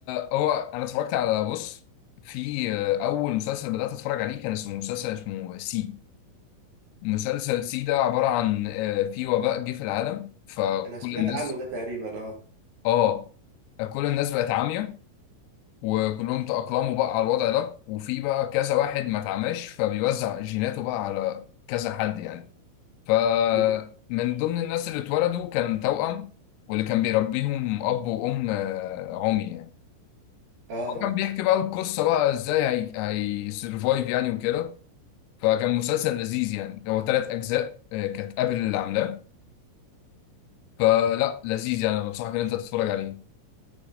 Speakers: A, on the left; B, on the right.
A: فهو انا اتفرجت على بص في آه، اول مسلسل بدات اتفرج عليه كان اسمه مسلسل اسمه سي مسلسل سي ده عباره عن آه، في وباء جه في العالم فكل
B: انا سمعت
A: الناس
B: عنه ده تقريبا اه
A: اه كل الناس بقت عاميه وكلهم تأقلموا بقى على الوضع ده وفي بقى كذا واحد ما اتعماش فبيوزع جيناته بقى على كذا حد يعني فمن
B: مم.
A: ضمن الناس اللي اتولدوا كان توأم واللي كان بيربيهم اب وام آه، عمي يعني.
B: اه آه.
A: هو كان بيحكي بقى القصة بقى ازاي هي هيسرفايف يعني وكده فكان مسلسل لذيذ يعني هو ثلاث أجزاء آه، كانت قابل اللي عاملاه فلا لذيذ يعني أنا بنصحك إن أنت تتفرج عليه